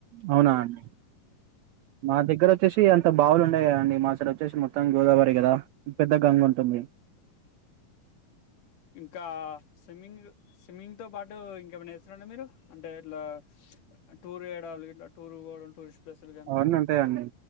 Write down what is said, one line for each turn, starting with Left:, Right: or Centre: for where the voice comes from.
Right: అవునా అండి మా దగ్గర వచ్చేసి అంత బావులు ఉండయి కదండి మా సైడ్ వచ్చేసి మొత్తం గోదావరి కదా పెద్ద గంగ ఉంటుంది
Left: ఇంకా స్విమ్మింగ్ స్విమ్మింగ్ తో పాటు ఇంకేమైనా చేస్తారండి మీరు అంటే ఇట్లా టూర్ చేయడాలు ఇట్లా టూర్ పోవడం టూరిస్ట్ ప్లేసులు కానీ
Right: అవన్నీ ఉంటాయండి